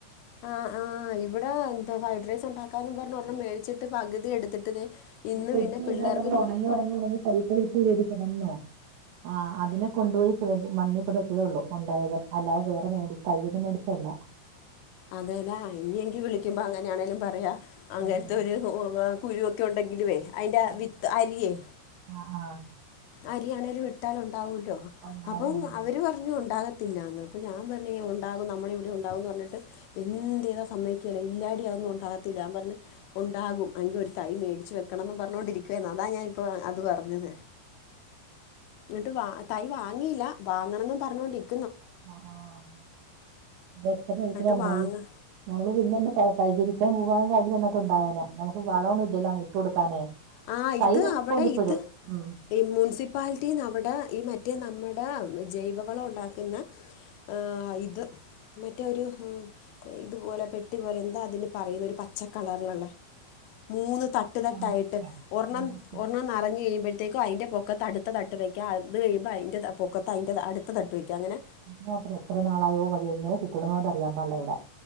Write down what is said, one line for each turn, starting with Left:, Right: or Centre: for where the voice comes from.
Left: ആഹ് ആഹ് ഇവടെ എന്താ ഫ്രൈഡ് റൈസണ്ടാക്കാന്നുപറഞ്ഞൊരണം മേടിച്ചിട്ട് പകുതി എടുത്തിട്ട് ദേ ഇന്ന്
Right: ന്നി ഫ്രിഡ്ജിരുന്നാ
Left: പിന്നെ പിള്ളേർക്ക്
Right: നമ്മളൊണങ്ങിയൊണങ്ങി ഒണങ്ങി <unintelligible> വന്നോ ആഹ് അതിനെ കൊണ്ടോയി മണ്ണികൊണ്ടെ വെച്ചതോള്ളൂ ഒണ്ടായത് അല്ലാതെ വേറെ മേടി തയ്യൊന്നും മേടിച്ചല്ല.
Left: അതേലാ ഇനി എങ്കി വിളിക്കുമ്പ അങ്ങനെയാണെലും പറയാ
Right: ആഹ്
Left: അങ്ങ ത്തൊര് കുഴികൊത്തിണ്ടെങ്കിലുവേ അയിൻ്റ
Right: ആഹ്
Left: വിത്ത് അരിയേ
Right: ആഹ് ആഹ്
Left: അരിയാണേലും ഇട്ടലോണ്ടാവൂലോ
Right: ഉണ്ടാവും
Left: അപ്പം
Right: ഉം
Left: അവര് പറഞ്ഞു ഒണ്ടാക ത്തില്ലാന്ന് അപ്പ ഞാൻ പറഞ്ഞ് ഒണ്ടാകും നമ്മടെവിടെ ഒണ്ടാകുന്നു പറിഞ്ഞിട്ട് എന്തേയ്താ സമ്മേയ് റ്റള് ഇല്ലാടി അതൊന്നു ഒണ്ടാകത്തില്ല ആം പറഞ്ഞ് ഉണ്ടാകും അയിന്റെ ഒരു തൈ മേടിച്ച് വെക്കണന്നും പറഞ്ഞൊണ്ടിരിക്കാരുന്നു അതാ ഞാൻ ഇപ്പോ അത് പറഞ്ഞത്. ന്നിട്ട് വാ തൈ വാങ്ങീല വാങ്ങണന്നും പറഞ്ഞോണ്ടിരി
Right: ആഹ് ആഹ് വെച്ചത് വീട്ടിലെ
Left: എന്നിട്ട്
Right: എന്തായി?
Left: വാങ്ങ
Right: നമ്മള് പിന്നന്നെ പ പരിചരിക്കാൻ പോകാൻ <unintelligible> ട്ടുണ്ടാവില്ല നമുക്ക് വളൊന്നു ഇല്ലല്ലോ ഇട്ട് കൊടുക്കാന്.
Left: ആ
Right: തൈ
Left: ഇത്
Right: നിപ്പൊണ്ടിപ്പഴും
Left: അവിടെ ഇത്
Right: ഉം.
Left: ഈ മുൻസിപ്പാലിറ്റിന്നവടെ ഈ മറ്റേ നമ്മടെ ജൈവവള ഒണ്ടാക്കുന്ന ആഹ് ഇത് മറ്റേ ഒരു ഉം ഇതുപോലെ പെട്ടി പോലെ എന്താ അതിന് പറയുന്നെ ഒരു പച്ചക്കളറില്ള്ളെ മൂന്ന് തട്ട് ട്ട് തട്ടായിട്ട്
Right: കമ്പോസ്റ്റാ
Left: ഒർണ്ണം
Right: കമ്പോസ്റ്റാ
Left: ഒർണ്ണം നറഞ്ഞ് കഴിയ്മ്പേഴ്‌ത്തേക്ക്‌ അയിന്റെ പൊക്കത്ത് അടുത്ത തട്ട് വെക്കാ അത് കഴിയുമ്പ അയിൻ്റെ പൊക്കത്ത് അയിന്റെ അടുത്ത തട്ട് വെയ്ക്കാം അങ്ങനെ
Right: മാത്ര എത്ര നാളായോ മതിയോ ഇങ്ങന കിട്ടണോണ്ടറിയാൻ പാടില്ലവടെ.